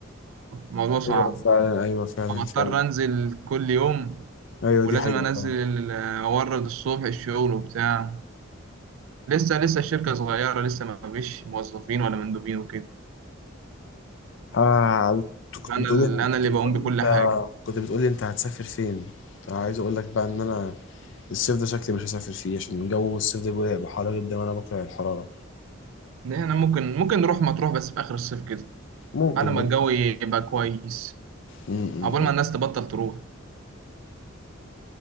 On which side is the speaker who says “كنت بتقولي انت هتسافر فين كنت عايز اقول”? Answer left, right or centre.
Left